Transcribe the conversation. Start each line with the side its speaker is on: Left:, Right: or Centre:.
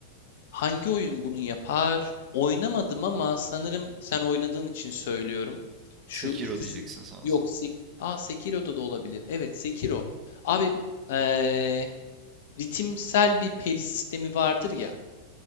Left: Hangi oyun bunu yapar? Oynamadım ama sanırım sen oynadığın için söylüyorum. Şu
Right: Sekiro
Left: ikisi
Right: diyeceksin sanırsam.
Left: yok. Sek Aa, Sekiro'da da olabilir. Evet, Sekiro. Abi eee, ritimsel bir peri sistemi vardır ya.